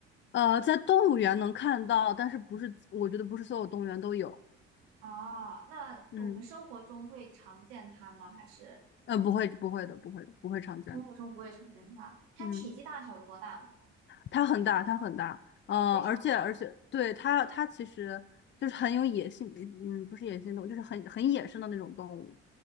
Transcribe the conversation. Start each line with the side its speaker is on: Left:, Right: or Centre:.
Left: 呃，在动物园能看到，但是不是，我觉得不是所有动物园都有，
Right: 啊，那我们生活中会常见它吗？
Left: 嗯。
Right: 还是
Left: 嗯，不会，不会的，不会的，不会常见的。
Right: 生活中不会常见它？它体积大小有多大呢？
Left: 嗯，它很大，它很大。嗯，
Right: 非常大，
Left: 而且而且，对它它其实就是很有野性，嗯，嗯不是野性动物，就是很很野生的那种动物。